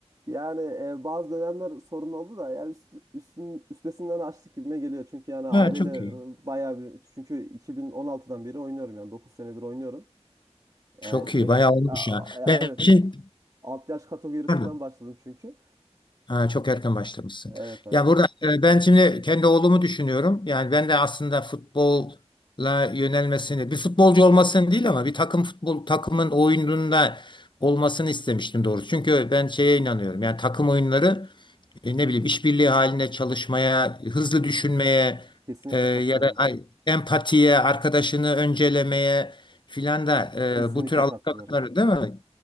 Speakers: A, on the right; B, on the left.
A: yani e, bazı dönemler sorun oldu da yani üst, üstün, üstesinden açtık gibime geliyor. Çünkü yani aileyle
B: Ha, çok
A: e,
B: iyi.
A: bayağı bir çünkü 2016'dan beri oynuyorum yani 9 senedir oynuyorum. E,
B: Çok
A: e,
B: iyi. Bayağı olmuş
A: a-
B: ya. Ben
A: a- evet
B: şimdi
A: alt yaş kategorisinden
B: Pardon.
A: başladım çünkü.
B: Ha, çok erken başlamışsın.
A: Evet aynen.
B: Ya burada e, ben şimdi kendi oğlumu düşünüyorum. Yani ben de aslında futbolla yönelmesini, bir futbolcu olmasını değil ama bir takım futbol takımın oyununda olmasını istemiştim doğrusu. Çünkü ben şeye inanıyorum. Yani takım oyunları e, ne bileyim işbirliği halinde çalışmaya, hızlı düşünmeye
A: Kesinlikle
B: e, ya
A: katılıyorum.
B: da ay, empatiye, arkadaşını öncelemeye filan da e,
A: Kesinlikle
B: bu tür alışkanlıkları
A: katılıyorum.
B: değil mi?